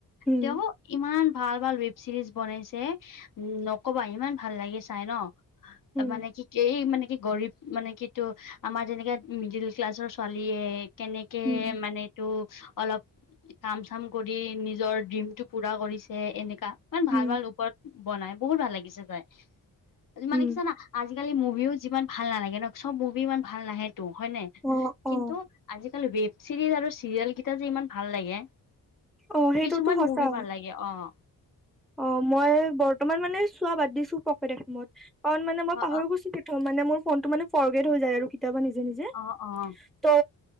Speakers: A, in the centre; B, on the left.
A: উম,
B: তেওঁ ইমান ভাল ভাল ৱেব চিৰিজ বনাইছে উম, নকবা ইমান ভাল লাগে চাই ন'।
A: উম,
B: মানে কি কেই মানে কি গৰীব মানে কিটো আমাৰ যেনেকে মিডিল ক্লাছৰ ছোৱালীয়ে কেনেকে
A: উম,
B: মানে এইটো অলপ কাম চাম কৰি নিজৰ ড্ৰিমটো পুৰা কৰিছে এনেকা, ইমান ভাল
A: উম,
B: ভাল ওপৰত বনাই বহুত ভাল লাগিছে চাই। আজি মানে
A: উম,
B: কি জানা আজিকালি মুভিয়ো যিমান ভাল নালাগে ধৰক চব মুভি ইমান ভাল নাহে। টো হয়নে?
A: অ', অ',
B: কিন্তু আজিকালি ৱেব চিৰিজ আৰু চিৰিয়েল কেইটা যে ইমান ভাল লাগে।
A: অ' সেইটোতো
B: কিছুমান
A: সঁচা।
B: মুভি ভাল লাগে অ'।
A: অ' মই বৰ্তমান মানে চোৱা বাদ দিছো পকেটখমত। কাৰণ মানে মই
B: অ
A: পাহৰি গৈছো <unintelligible> মানে মোৰ ফোনটো মানে ফৰ্গেড হৈ যায় আৰু। কেতিয়াবা নিজে নিজে
B: অ অ অ
A: ত'